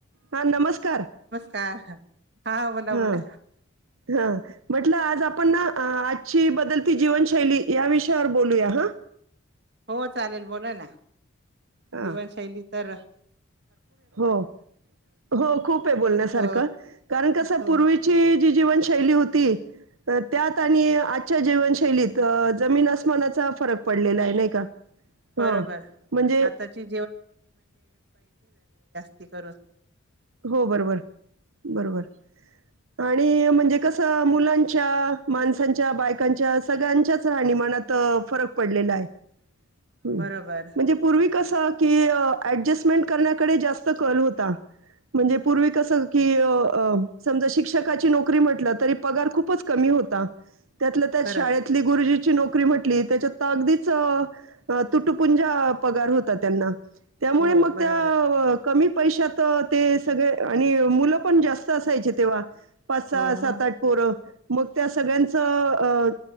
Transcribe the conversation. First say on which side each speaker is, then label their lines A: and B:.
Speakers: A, on the right; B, on the right.
A: हा नमस्कार
B: ह हा बोला
A: हा
B: बोला
A: हा म्हटलं आज आपण ना आजची बदलती जीवनशैली या विषयावर बोलूया हा
B: हो चालेल बोला ना
A: हां
B: जीवनशैली तरर
A: हो हो खूप आहे बोलण्यासारखं
B: हो
A: कारण कसं
B: हो
A: पूर्वीची जी जीवनशैली होती त्यात आणि आजच्या जीवनशैलीत तर जमीन फरक पडलेला आहे नाही का
B: बरोबर
A: ह म्हणजे
B: आताची कर
A: हो बरोबर बरोबर आणि म्हणजे कसं मुलांच्या माणसांच्या बायकांच्या सगळ्यांच्याच रा निमानात फरक पडलेला आहे म्हणजे
B: बरोबर
A: पूर्वी कसं की अडजस्टमें करण्याकडे जास्त क होता म्हणजे पूर्वी कसं की अ समजा शिक्षकाची नोकरी म्हटल तरी पगार खूपच कमी होता त्यातलं त्यात
B: खरंच
A: शाळेतली गुरुजी नोकरी म्हटली त्याच्यात अगदीच तुटपुंजा पगार होता त्यांना त्यामुळे
B: हो
A: मग
B: बरोबर
A: त्या कमी पैशा तर ते सगळे आणि मुलं पण जास्त असायचे तेव्हा पाच स
B: हो
A: सात
B: मग
A: आठ पोरं मग त्या सगळ्यांच